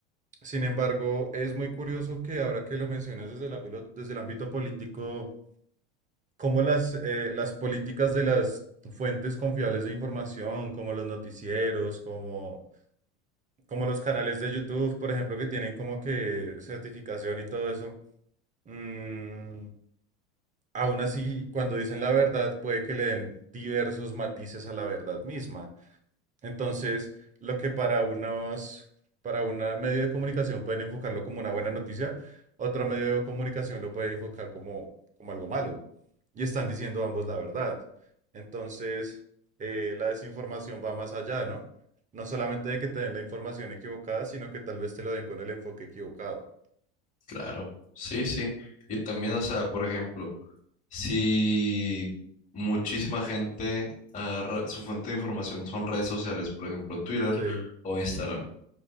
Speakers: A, on the right; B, on the left.
A: Sin embargo, es muy curioso que ahora que lo mencionas desde el ámbito, desde el ámbito político, cómo las, eh, las políticas de las fuentes confiables de información, como los noticieros, como, como los canales de YouTube, por ejemplo, que tienen como que certificación y todo eso, mm, aún así, cuando dicen la verdad, puede que le den diversos matices a la verdad misma. Entonces, lo que para unos, para una medio de comunicación pueden enfocarlo como una buena noticia, otro medio de comunicación lo puede enfocar como, como algo malo. Y están diciendo ambos la verdad. Entonces, eh, la desinformación va más allá, ¿no? No solamente de que te den la información equivocada, sino que tal vez te lo den con el enfoque equivocado.
B: Claro. Sí, sí. Y también, o sea, por ejemplo. Si muchísima gente agarra, su fuente de información son redes sociales, por ejemplo, Twitter
A: Sí.
B: o Instagram.